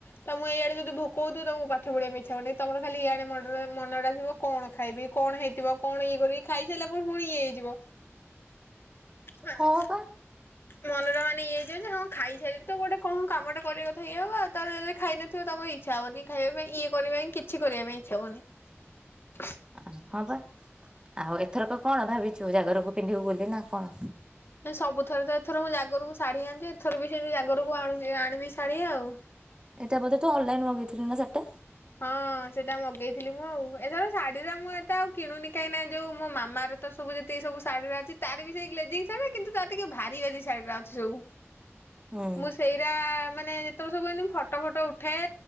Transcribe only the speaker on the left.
ତ ମୁଁ ଏଇଆଡେ ଯଦି ଭୋକ ହଉଥିବ ତମକୁ ପାଠ ପଢିବା ପାଇଁ ଇଚ୍ଛା ହବନି ତମର ଖାଲି ଇଆଡେ ମୁଣ୍ଡ ରହିବ ମନଟା ଥିବ କଣ ଖାଇବି କଣ ହେଇଥିବ କଣ ଇଏ କରିବି ଖାଇସାରିଲା ପରେ ପୁଣି ଇଏ ହେଇଯିବ। ମାନେ
ମନଟା ମାନେ ଇଏ ହେଇଯିବ ଯେ ହଁ ଖାଇସାରିଲି ତ ଗୋଟେ କଣ କାମ ଟା କରିବା କଥା ଇଏ ହବ ଆ ତାର ଯଦି ଖାଇନଥିବ ତମର ଇଚ୍ଛା ହବନି ଖାଇବା ପାଇଁ ଇଏ କରିବା ପାଇଁ ହିଁ କିଛି କରିବା ପାଇଁ ଇଚ୍ଛା ହବନି।
ସବୁଥର ତ ଏଥର ମୁଁ ଜାଗରକୁ ଶାଢୀ ଆଣିଛି ଏଥର ବି ସେ ଜାଗରକୁ ଆଣିବି ଶାଢୀ ଆଉ।
ହଁ ସେଟା ମଗେଇଥିଲି ମୁଁ ଆଉ ଏଥର ଶାଢୀରେ ମୁଁ ଏତେ ଆଉ କିଣୁନି କାଇଁନା ଯୋଉ ମୋ ମାମାର ତ ସବୁ ଯେତିକି ସବୁ ଶାଢୀ ଗୁଡ଼ା ଅଛି। ତାର ବି ସେଇ ଗ୍ଲେଜୀଙ୍ଗ ଶାଢ଼ୀ କିନ୍ତୁ ତାର ଟିକେ ଭାରୀ କି କି ଶାଢ଼ୀ ବ୍ଲାଉଜ୍ ସବୁ?
ମୁଁ ସେଇରା ମାନେ ତ ମୁଁ ସବୁ ଫଟୋ ଫଟ ଉଠାଏ